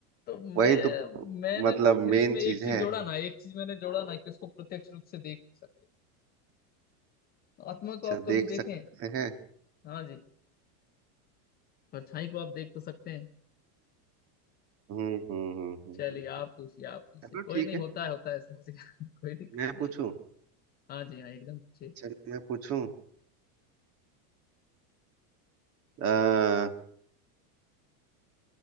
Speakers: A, on the left; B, on the right.
A: तो मैं
B: वही तो
A: मैंने
B: मतलब
A: फिर
B: मेन
A: उसमें एक
B: चीज
A: चीज
B: है
A: जोड़ा ना एक चीज मैंने जोड़ा ना कि उसको प्रत्यक्ष रूप से देख नहीं सकते आत्मा
B: अच्छा
A: को आप कभी
B: देख सकते
A: देखें
B: हैं
A: हाँ जी परछाई को आप देख तो सकते हैं
B: हम्म हम्म हम्म हम्म
A: चलिए
B: हम्म।
A: आप पूछिए आप पूछिए
B: चलो
A: कोई
B: ठीक
A: नहीं
B: है
A: होता है होता है समझ गया <laughs> कोई दिक्कत
B: मैं
A: नहीं
B: पूछूं
A: है। हाँ जी हाँ एकदम ठीक
B: अच्छा मैं पूछूं अः